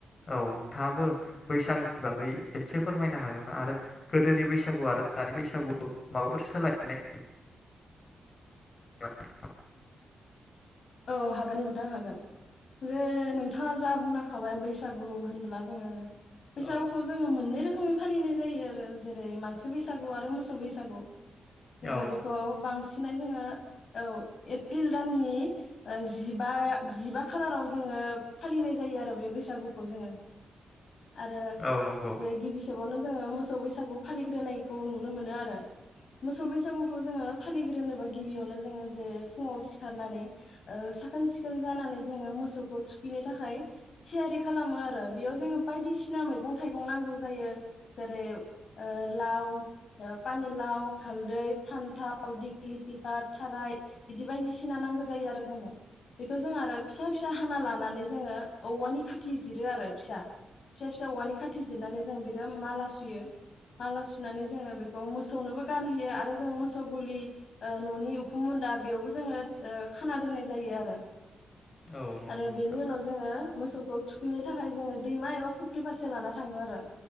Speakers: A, on the left; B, on the left.
A: औ नोंथाङाबो बैसागोनि बागै एसे फोरमायनो हागोन ना? आरो गोदोनि बैसागु आरो दानि बैसागु माबाफोर सोलायनाय <unintelligible>
B: औ हागोन नोंथां हागोन। जे नोंथाङा जा बुंलांखाबाय बैसागु होनबोला जोङो बैसागुखौ
A: औ
B: जोङो मोननै रोखो खोमै फालिनाय जायो आरो जेरै मानसि बैसागु आरो मोसौ बैसागु। जोङो
A: औ
B: बेखौ बांसि सिनानो जोङो औ एप्रिल दाननि ओ जिबा जिबा खालाराव जोङो फालिनाय जायो आरो बे बैसागुखौ जोङो। आरो
A: औ नंगौ
B: जे गिबि खेबाव नो जोङो मोसौ बैसागु फालिग्रोनायखौ नुनो मोनो आरो मोसौ बैसागुखौ जोङो फालिग्रोनोबा गिबियावनो जोङो जे फुङाव सिखारनानै साखोन सिखोन जानानै जोङो मोसौखौ थुखैनो थाखाय थियारि खालामो आरो बेयाव जोङो बायदिसिना मैगं थाइगं नांगौ जायो जेरै लाव पानिलाव हालदै फान्थाव दिग्लिलिथि बा थाराय बिदि बायदिसिना नांगौ ज जायो आरो जोंनो बेखौ जों आरो फिसा फिसा हाना लानानै जोङो औवानि खाथि जिरो आरो फिसा फिसा फिसा औवानि खाथि जिरनानै जों बेजों माला सुयो माला सु सुनानै जोङो बेखौ मोसौनोबो गानहोयो आरो जों मोसौ गुलि न'नि उखुम मुन्दा बेयावबो जोङो ओ खाना दोननाय जायो आरो।
A: औ नंगौ
B: आरो
A: नोंथां
B: बेनि उनाव जोङो मोसौखौ थुखैनो थाखाय जोङो दैमा एबा फुख्रि फारसे लाना थाङो आरो।